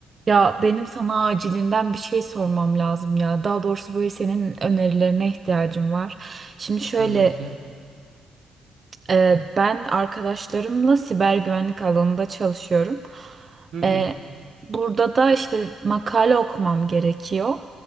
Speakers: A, on the right; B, on the right.
A: Ya benim sana acilinden bir şey sormam lazım ya. Daha doğrusu böyle senin önerilerine ihtiyacım var. Şimdi şöyle
B: Tabii ki.
A: ee, ben arkadaşlarımla siber güvenlik alanında çalışıyorum.
B: Hı hı.
A: Ee, burada da işte makale okumam gerekiyor.